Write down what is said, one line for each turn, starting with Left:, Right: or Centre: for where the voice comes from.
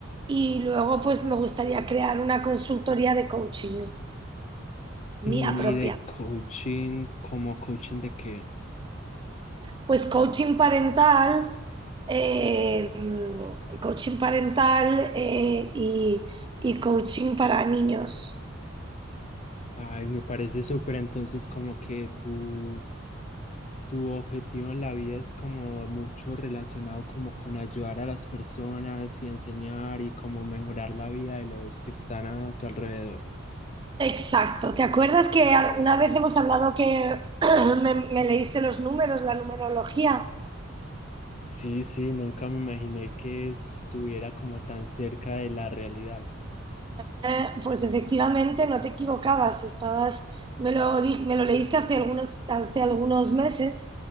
Right: Y luego pues me gustaría crear una consultoría de coaching mía
Left: Mm,
Right: propia.
Left: Y de coaching, como coaching de que,
Right: Pues coaching parental, eh, coaching parental eh, y, y coaching para niños.
Left: ay, me parece súper, entonces como que tú Tu objetivo en la vida es como mucho relacionado como con ayudar a las personas y enseñar y como mejorar la vida de los que están a tu alrededor.
Right: Exacto. ¿Te acuerdas que una vez hemos hablado que <clears throat> me, me leíste los números, la numerología?
Left: Sí, sí, nunca me imaginé que estuviera como tan cerca de la realidad.
Right: Eh, pues efectivamente no te equivocabas, estabas, me lo, di- me lo leíste hace algunos, hace algunos meses